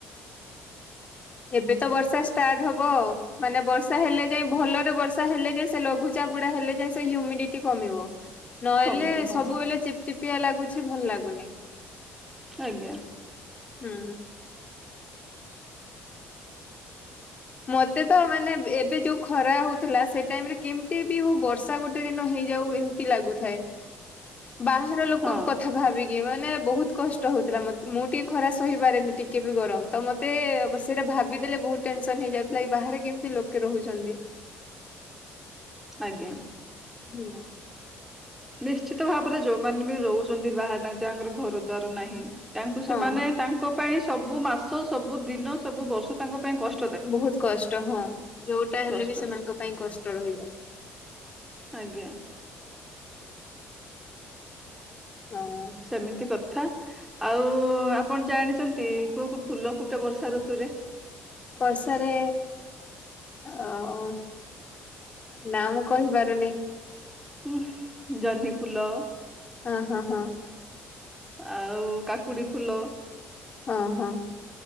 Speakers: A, on the left; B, in the centre.
A: ଏବେ ତ ବର୍ଷା ଷ୍ଟାର୍ଟ୍ ହବ ଆଉ। ମାନେ ବର୍ଷା ହେଲେ ଯାଏଁ ଭଲରେ ବର୍ଷା ହେଲେ ଯାଏଁ ସେ ଲଘୁଚାପ ଗୁଡା ହେଲେ ଯାଏଁ ସେ ହ୍ୟୁମିଡିଟି କମିବ। ନହେଲେ
B: କମିବ ହଁ
A: ସବୁବେଳେ ଚିପଚିପିଆ ଲାଗୁଛି ଭଲ ଲାଗୁନି।
B: ଆଜ୍ଞା।
A: ହୁଁ। ମତେ ତ ମାନେ ଏବେ ଯୋଉ ଖରା ହଉଥିଲା ସେ ଟାଇମରେ କେମିତି ବି ହଉ ବର୍ଷା ଗୋଟେ ଦିନ ହେଇଯାଉ ଏମ୍ ତି ଲାଗୁଥାଏ। ବାହାର ଲୋକଙ୍କ
B: ହଁ
A: କଥା ଭାବି ଇଏ ମାନେ ବହୁତ୍ କଷ୍ଟ ହଉଥିଲା ମତେ ମୁଁ ଟିକେ ଖରା ସହିପାରେନି ଟିକେ ବି ଗରମ ତ ମତ୍ ତେ ବ ସେଇଟା ଭାବି ଦେଲେ ବହୁତ୍ ଟେନ୍ସ୍ ତନ୍ ହେଇଯାଉଥିଲା କି ବାହାରେ କେମିତି ଲୋକେ ରହୁଛନ୍ତି।
B: ଆଜ୍ଞା।
A: ହୁଁ।
B: ନିଶ୍ଚିତ ଭାବରେ ଯୋଉମାନେ ବି ରହୁଛନ୍ତି ବାହାରେ ଯାହାଙ୍କର ଘର ଦ୍ଵାର ନାହିଁ ତାଙ୍କୁ
A: ହଁ
B: ସେମାନେ ତାଙ୍କ ପାଇଁ ସବୁ ମାସ ସବୁ ଦିନ ସବୁ ବର୍ଷ ତାଙ୍କ ପାଇଁ କଷ୍ଟ।
A: ବହୁତ କଷ୍ଟ ହଁ ଯୋଉଟା ହେଲେ
B: କଷ୍ଟ
A: ବି ସେମାନଙ୍କ ପାଇଁ କଷ୍ଟ ରହିବ।
B: ଆଜ୍ଞା।
A: ହଁ
B: ସେମିତି କଥ୍ ଥା ଆଉ ଆପଣ ଜାଣିଛନ୍ତି କୋଉ କୋଉ ଫୁଲ ଫୁଟେ ବର୍ଷା ଋତୁରେ?
A: ବର୍ଷାରେ ଆଉ ନା ମୁଁ କହିପାରୁନି।
B: ହଁ ଜହ୍ନି ଫୁଲ
A: ହଁ ହଁ ହଁ।
B: ଆଉ କାକୁଡି ଫୁଲ
A: ହଁ ହଁ।